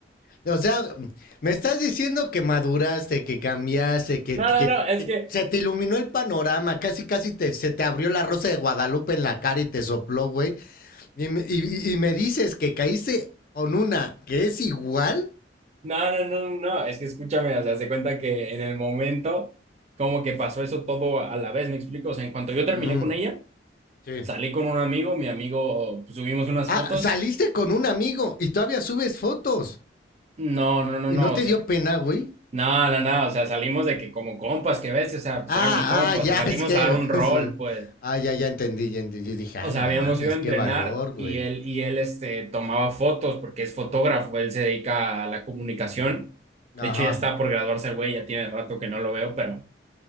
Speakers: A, on the left (about 50°); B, on the right (about 35°).
A: O sea, me estás diciendo que maduraste, que cambiaste, que,
B: No,
A: que,
B: no, no, es
A: que
B: que,
A: se te iluminó el panorama, casi, casi te, se te abrió la rosa de Guadalupe en la cara y te sopló, güey. Y, me- y- y me dices que caíste con una que es igual.
B: no, no, no, no, no, es que escúchame, o sea, haz de cuenta que en el momento, como que pasó eso todo a la vez, ¿me explico? O sea, en cuanto yo terminé
A: Ujú,
B: con ella,
A: sí.
B: salí con un amigo, mi amigo, pues, subimos unas
A: Ah,
B: fotos.
A: saliste con un amigo y todavía subes fotos.
B: No, no, no,
A: ¿Y
B: no,
A: no
B: o
A: te
B: sea.
A: dio pena, güey?
B: No, no, no, o sea, salimos de que como compas, que ves, o sea, pues
A: Ah,
B: era mi compa,
A: ah, ya,
B: o sea, salimos
A: <laughs> es que...
B: a dar un rol,
A: <laughs>
B: pues,
A: Ah, ya, ya entendí, ya entendí. Dije,
B: o
A: ah,
B: sea,
A: no
B: habíamos
A: mames,
B: ido a entrenar
A: qué valor, güey.
B: y él, y él, este, tomaba fotos porque es fotógrafo, él se dedica a la comunicación,
A: Ujú. Ajá.
B: de hecho ya está por graduarse el güey, ya tiene rato que no lo veo, pero